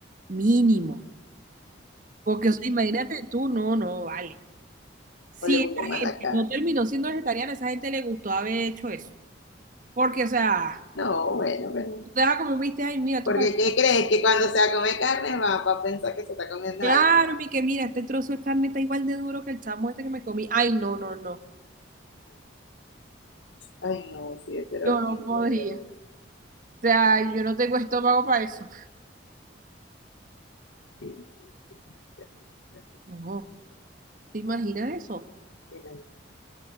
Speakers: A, on the right (about 40°); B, on the left (about 75°).
A: mínimo. Porque, o sea, imagínate tú, no, no, vale. Si
B: O le gustó
A: esa
B: más
A: gente
B: la carne.
A: no terminó siendo vegetariana, esa gente le gustó haber hecho eso. Porque, o sea,
B: No, bueno, pero.
A: tú te vas como viste, ay, mira, tú
B: Porque
A: pareces.
B: ¿qué crees? Que cuando se come carne va, va a pensar que se está comiendo
A: Claro,
B: a alguien.
A: mi que mira, este trozo de carne está igual de duro que el chamo este que me comí. Ay, no, no, no.
B: Ay, no, sí, debe ser
A: Yo
B: horrible,
A: no podría.
B: de verdad.
A: O sea, yo no tengo estómago para eso.
B: Sí, sí, sí, sí,
A: No, ¿te imaginas eso?
B: sí, sí,